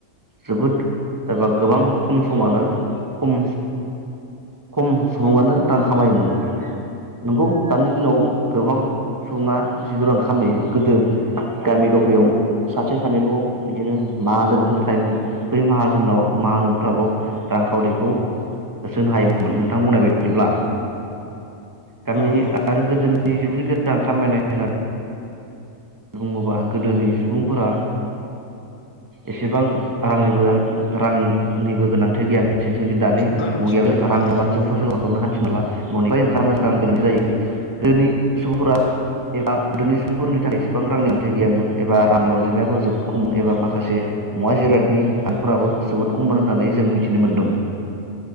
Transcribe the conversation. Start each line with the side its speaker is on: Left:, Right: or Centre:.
Right: जोबोद एबा गोबां खम समानो खम खम सुबुङानो
Left: औ
Right: रां खामायोमोन। नंगौ दानो दिनाव गोबां सुबुङा एद रां खामायो गोदो गामि दफायाव सासे सानैल' बिदिनो माहाजोनफोर थायोमोन बै माहाजोनाव माहाजोनफ्राल' रांखावरिखौ होसोनो हायोमोन नोंथां बुंनाय बायदिब्ला। गामि
Left: औ औ
Right: आरो गोदोननि मोजां खामायनाय होननानै बुङोबा गोदोनि सुबुंफोरा एसेबां रांनिबो रांनिबो गोनांथि गैयामोन। जिथुनाखि दानि
Left: गोनांथि
Right: मुगायावाबो
Left: गैयामोन
Right: रां
Left: औ
Right: लााबानो जों
Left: औ
Right: ससेललाखौनो हान्थिनो हाला ननिफ्रायाय ओंखारनो गोनाय जायो गोदोनि सुबुंफोरा एबा गोदोनि सुबुंफोरनि थाखाय बेसेबां रांनि आंथाइ गैयामोन एबा रांनि अनजिमायाबो जोबोद खममोन एबा माखासे मुवा जिरादनि आंफोराबो जोबोद खममोन होननानै जों मिथिनो मोन्दों।